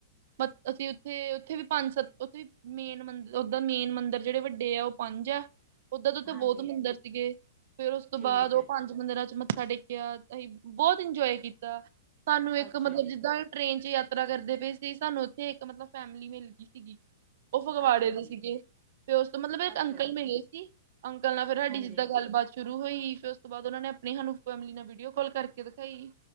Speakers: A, on the right; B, in the centre.
A: ਮ ਅਸੀਂ ਉੱਥੇ ਉੱਥੇ ਵੀ ਪੰਜ ਸੱਤ ਉੱਥੇ ਵੀ ਮੇਨ ਮੰਦ ਉਹਦਾ ਮੇਨ ਮੰਦਰ ਜਿਹੜੇ ਵੱਡੇ ਆ ਉਹ ਪੰਜ ਹੈ ਉਧਰ ਦੇ ਉੱਥੇ
B: ਹਾਂਜੀ,
A: ਬਹੁਤ ਮੰਦਿਰ ਸੀਗੇ, ਫਿਰ ਉਸ ਤੋਂ
B: ਠੀਕ
A: ਬਾਅਦ ਉਹ
B: ਹੈ,
A: ਪੰਜ ਮੰਦਿਰਾਂ 'ਚ ਮੱਥਾ ਟੇਕਿਆ, ਅਸੀਂ ਬਹੁਤ ਇੰਜੋਏ ਕੀਤਾ, ਸਾਨੂੰ ਇੱਕ
B: ਅੱਛਾ
A: ਮਤਲਬ
B: ਜੀ,
A: ਜਿੱਦਾਂ ਟ੍ਰੇਨ 'ਚ ਯਾਤਰਾ ਕਰਦੇ ਪਏ ਸੀ, ਸਾਨੂੰ ਉੱਥੇ ਇੱਕ ਮਤਲਬ ਫੈਮਿਲੀ ਮਿਲ ਗਈ ਸੀਗੀ ਉਹ ਫਗਵਾੜੇ
B: ਅੱਛਾ
A: ਦੇ
B: ਜੀ,
A: ਸੀਗੇ, ਫੇਰ ਉਸ ਤੋਂ ਮਤਲਬ ਇੱਕ
B: ਅੱਛਾ
A: ਅੰਕਲ
B: ਜੀ,
A: ਮਿਲੇ ਸੀ ਅੰਕਲ ਨਾਲ ਫੇਰ ਸਾਡੀ
B: ਹਾਂਜੀ,
A: ਜਿੱਦਾਂ ਗੱਲਬਾਤ ਸ਼ੁਰੂ ਹੋਈ, ਫੇਰ ਉਸ ਤੋਂ ਬਾਅਦ ਉਹ ਨੇ ਆਪਣੀ ਸਾਨੂੰ ਫੈਮਿਲੀ ਨਾਲ ਵੀਡੀਓ ਕਾਲ ਕਰਕੇ ਦਿਖਾਈ